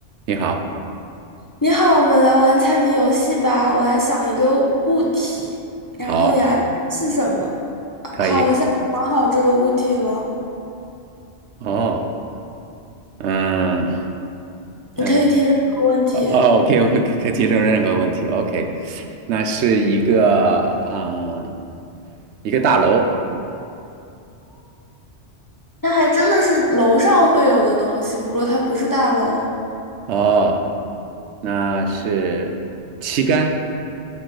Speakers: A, on the right (about 75°); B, on the left (about 25°).
A: 你好，
B: 你好，我们来玩猜谜游戏吧。我来想一个物体，然后你来猜是什么。
A: 好，可以，
B: 好，我现在想好这个物体了，
A: 哦，嗯，呃，
B: 你可以提任何问题。
A: 哦哦，OK，<laughs> 我可可提出任何问题，OK，那是一个，嗯，一个大楼，
B: 那还真的是楼上会有的东西，不过它不是大楼。
A: 哦，那是旗杆，